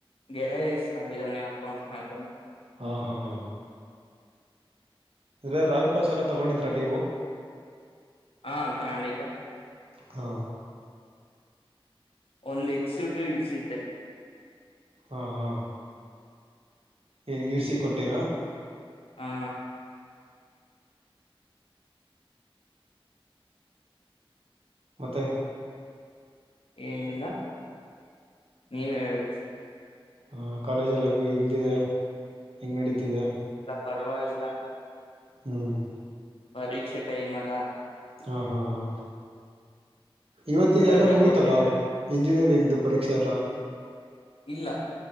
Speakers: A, on the left; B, on the right.
A: ಗೆಳೆಯ ಇಸ್ಕೊಂಡಿದಾನೆ ಅಕೌಂಟ್ನದು.
B: ಹಾ ಹಾ ಹಾ. ಇ ರಾಯಲ್ಪಸ್ ಎಲ್ಲ ತಗೊಂಡಿದೀರಾ ನೀವು.
A: ಹಾ ತಗಂಡಿದೆ.
B: ಹಾ.
A: ಒಂದ್ ಎಕ್ಸಿಟ್ಯೂ ಇಳ್ಸಿದ್ದೆ.
B: ಹಾ ಹಾ. <unintelligible> ಕೊಟ್ಟೀರ.
A: ಹಾ.
B: ಮತ್ತೆ.
A: ಏನಿಲ್ಲ ನೀವೆ ಹೇಳ್ಬೇಕು.
B: ಹಾ ಕಾಲೇಜ ಎಲ್ಲ ಹೆಂಗು ಹೆಂಗಿದೆ. ಹೆಂಗ್ ನಡೀತಿದೆ.
A: ಪರ್ವಾಗಿಲ್ಲ.
B: ಹ್ಮ್.
A: ಪರೀಕ್ಷೆ ಟೈಮ್ ಅಲಾ.
B: ಹಾ ಹಾ ಹಾ. ಇವತ್ತಿಗೆ
A: ರಜಾ
B: ಎಲ್ಲಾ ಮುಗೀತಲ್ಲಾ
A: ಕೊಟ್ಟಿದ್ದಾರೆ
B: ಇಂಜಿನಿಯರಿಂಗ್ದು ಪರೀಕ್ಷೆ ಎಲ್ಲ.
A: ಇಲ್ಲ